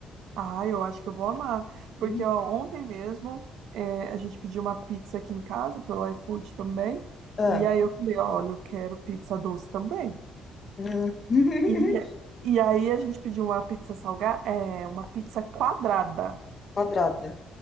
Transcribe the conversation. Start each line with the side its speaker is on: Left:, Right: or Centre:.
Right: Ah, eu acho que eu vou amar. Porque
Left: Hum,
Right: ó, ontem mesmo é, a gente pediu uma pizza aqui em casa pelo iFood também.
Left: é,
Right: E aí eu falei, olha, eu quero pizza doce também.
Left: hum. <laughs>
Right: E, eh, e aí a gente pediu uma pizza salgada, é, uma pizza quadrada.
Left: Quadrada.